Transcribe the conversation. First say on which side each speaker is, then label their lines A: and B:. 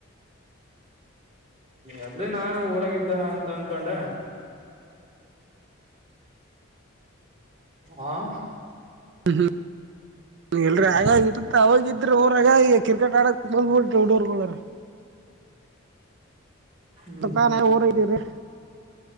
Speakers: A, on the right (about 30°); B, on the right (about 55°).
A: ಅದಲಿ ನಾನು ಊರಾಗಿದ್ದೇನ ಅಂತ ಅನ್ಕೊಂಡೆ <unintelligible>
B: <unintelligible>
A: ಹಾ <unintelligible>
B: ಹ್ಮ್ ಹ್ಮ್ ಎಲ್ರ
A: ಎಲ್ಲಿ
B: ಆಗಾಗಿ ಇಟ್ಟತ್ತ ಆಾಗ <unintelligible> ಇದ್ರ ರಾಗ ಈಗ ಕ್ರಿಕೆಟ್ ಆಡಕ್ ಬಂದ್ಬ ಹುಡೋರ್ಗಳ <unintelligible>
A: ಹ್ಮ್
B: ಸ್ವಲ್ಪ ನ ಊರ್ ಇದ್ದೀವ್ರರಿ <unintelligible>